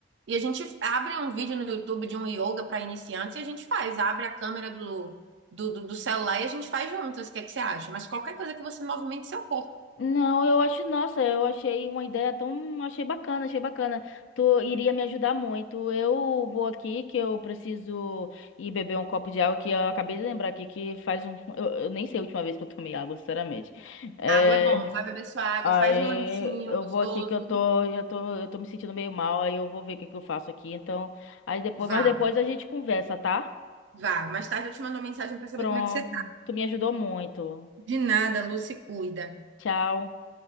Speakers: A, on the right; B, on the left.
A: E a gente abre um vídeo no YouTube de um yoga pra iniciantes e a gente faz. Abre a câmera do, do, do, do celular e a gente faz juntas. O que é que você acha? Mas qualquer coisa que você movimente seu corpo.
B: Não, eu acho, nossa, eu achei uma ideia tão, achei bacana, achei bacana. Tu iria me ajudar muito. Eu vou aqui que eu preciso ir beber um copo de água que eu acabei de lembrar aqui que faz um, eu, eu nem sei a última vez que eu tomei água, sinceramente. É,
A: Água é bom, vai beber sua água,
B: Aí
A: faz um lanchinho
B: eu
A: gostoso.
B: vou aqui que eu tô, já tô, eu tô me sentindo meio mal, aí eu vou ver o que que eu faço aqui. Então, aí depois,
A: Vá,
B: mas depois a gente conversa, tá?
A: vá. Mais tarde eu te mando uma mensagem pra saber
B: Pronto.
A: como é que você
B: Tu me ajudou muito.
A: De nada, Lu, se cuida.
B: Tchau.